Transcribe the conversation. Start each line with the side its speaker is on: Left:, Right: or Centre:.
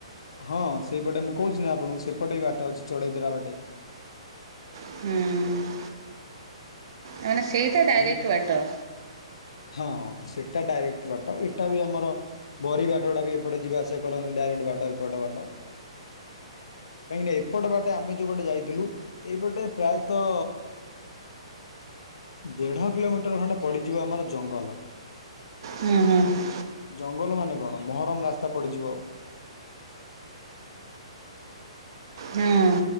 Left: ହଁ ସେଇପଟେ ମୁଁ କହୁଛି ନା ଆପଣଙ୍କୁ ସେପଟେ ବି ବାଟ ଅଛି ଚଢେଇ ଧରା ବାଟେ।
Right: ହୁଁ। ମାନେ ସେଇଟା ଡାଇରେକ୍ଟ
Left: ଏ
Right: ବାଟ।
Left: ହଁ ସେଇଟା ଡାଇରେକ୍ଟ ବାଟ ଏଇଟା ବି ଆମର ବରି ବାଟା ବି ଏପଟେ ଯିବା ଆସିବା କରନ୍ତୁ ଡାଇରେକ୍ଟ ବାଟ ଏପଟ ବାଟ। କାହିଁକିନା ଏପଟେ ବାଟେ ଆମେ ଯେଉଁ ଗଟେ ଯାଇଥିଲୁ ଏଇପଟେ ପ୍ରାୟତଃ ଦେଢ କିଲୋମିଟର ଖଣ୍ଡେ ପଡିଯିବ ଆମର ଜଙ୍ଗଲ।
Right: ହୁଁ ହୁଁ।
Left: ଜଙ୍ଗଲ ମାନେ କଣ? ମହରମ୍ ରାସ୍ତା ପଡ଼ିଯିବ।
Right: ହଁ